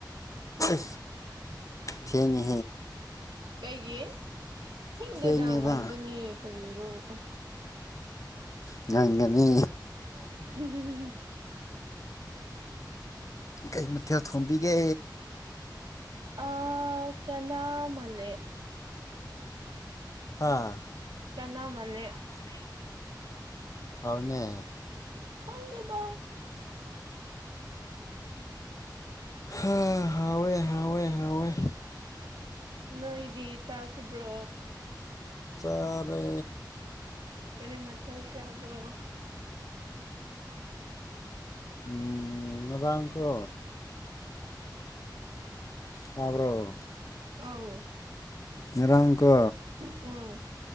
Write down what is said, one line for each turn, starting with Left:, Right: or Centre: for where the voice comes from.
Left: ꯑꯁ ꯊꯦꯡꯍꯦ
Right: ꯀꯩꯒꯤ ꯊꯦꯡꯗꯦꯗ
Left: ꯊꯦꯡꯉꯦꯕ
Right: ꯉꯥꯡꯕꯅꯦ ꯀꯔꯤꯔꯣ ꯑ
Left: ꯉꯒꯅꯤ
Right: ꯎ
Left: ꯀꯁ ꯃꯊꯦ ꯁꯣꯡꯝꯕꯤꯒꯦ
Right: ꯑ ꯆꯅꯥ ꯃꯅꯦ
Left: ꯑꯥ
Right: ꯇꯅ ꯃꯅꯦ
Left: ꯍꯥꯎꯅꯦ
Right: ꯈꯪꯇꯦꯗ
Left: ꯍꯥ ꯍꯥꯎꯋꯦ ꯍꯥꯎꯋꯦ ꯍꯥꯎꯋꯦ
Right: ꯅꯣꯏꯗꯤ ꯆꯥꯈ꯭ꯔꯕ꯭ꯔꯣ
Left: ꯆꯥꯔꯦ
Right: ꯀꯔꯤ ꯃꯊꯦꯜ ꯆꯥꯕ꯭ꯔꯣ
Left: ꯎꯝ ꯉꯔꯥꯡꯀꯣ ꯇꯥꯕ꯭ꯔꯣ
Right: ꯑꯥꯎ
Left: ꯉꯔꯥꯡꯀꯣ
Right: ꯎꯝ